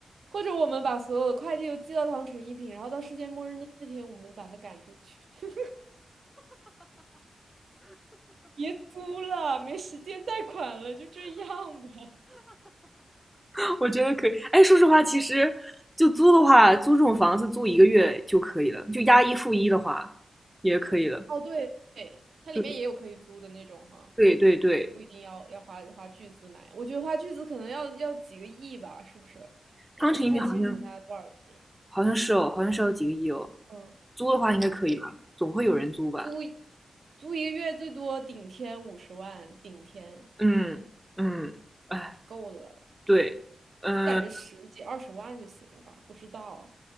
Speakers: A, on the right; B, in the centre.
A: 或者我们把所有的快递都寄到当成一品，然后到世界末日那那天，我们把它赶出去。别租了，没时间贷款了，就这样吧。
B: <laughs> 我觉得可以。哎，说实话，其实就租的话，租这种房子租一个月就可以了，就押一付一的话也可以了。
A: 哦，对，对，它里面也有可以租的那种哈，
B: 对对对对，
A: 也不一定要要花花巨资买。我觉得花巨资可能要要几个亿吧，是不是？我都不太清楚它多少钱一平。
B: 汤臣一品好像好像是哦，好像是要几个亿哦。
A: 嗯，
B: 租的话应该可以吧？
A: 对，
B: 总会有人租吧？
A: 租租一个月最多顶天五十万，顶天
B: 嗯嗯，哎，
A: 够了，
B: 对，嗯。
A: 感觉十几二十万就行了吧？不知道，